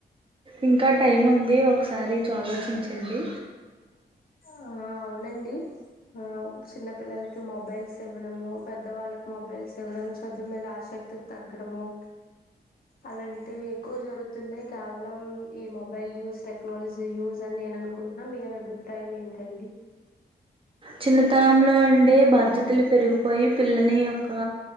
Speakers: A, on the right; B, on the left.
A: ఇంకా టైం ఉంది ఒకసారి చ ఆలోచించండి
B: ఆ అవునండి ఆ చిన్న పిల్లలకి మొబైల్స్ ఇవ్వడము పెద్ద వాళ్ళకి మొబైల్స్ ఇవ్వడం చదువు మీద ఆసక్తి తగ్గడము అలాంటివి ఎక్కువ జరుగుతున్నాయి కేవలం ఈ మొబైల్ యూజ్ టెక్నాలజీ యూస్ అని నేను అనుకుంటున్నా మీ టై ఏంటండీ
A: చిన్నతనంలో అ అంటే బాధ్యతలు పెరిగిపోయి పిల్లని యొక్క